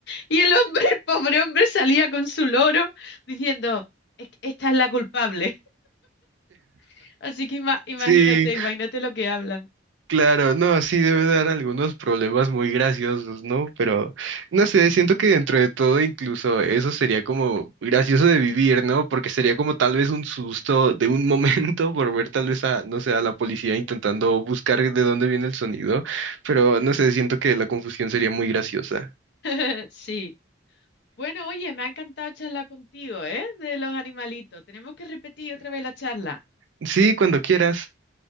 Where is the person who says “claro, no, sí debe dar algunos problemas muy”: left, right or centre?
Right